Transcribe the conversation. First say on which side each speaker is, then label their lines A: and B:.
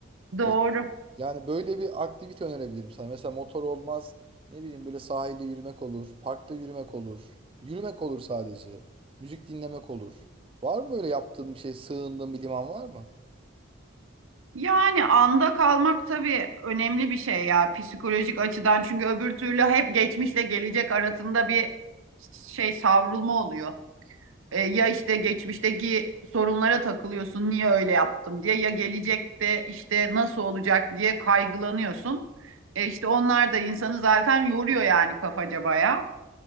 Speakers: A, on the right (about 80°); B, on the right (about 25°).
A: Doğru.
B: Ee, yani böyle bir aktivite önerebilirim sana. Mesela motor olmaz. Ne bileyim böyle sahilde yürümek olur. Parkta yürümek olur. Yürümek olur sadece. Müzik dinlemek olur. Var mı böyle yaptığın bir şey, sığındığın bir liman var mı?
A: Yani anda kalmak tabii önemli bir şey ya psikolojik açıdan çünkü öbür türlü hep geçmişle gelecek arasında bir şey savrulma oluyor. E, ya işte geçmişteki sorunlara takılıyorsun niye öyle yaptım diye ya gelecekte işte nasıl olacak diye kaygılanıyorsun. E, işte onlar da insanı zaten yoruyor yani kafaca bayağı.